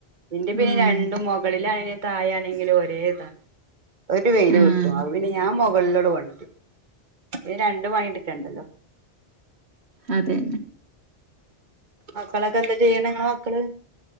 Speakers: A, on the right; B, on the right.
A: ഇന്റെ പിന്നെ
B: ഉം
A: രണ്ടും മുകളിലായാൽ തായ ആണെങ്കിലും ഒരേ ഇതാണ് ഒരു വെയില്
B: ആഹ്
A: കിട്ടും അപോ പിന്നെ ഞാൻ മുകളിലോട് ഇത് രണ്ടു പണി എടുക്കണ്ടല്ലോ
B: അതെ
A: മക്കളൊക്കെ എന്താ ചെയ്യണ് നിങളെ മക്കള്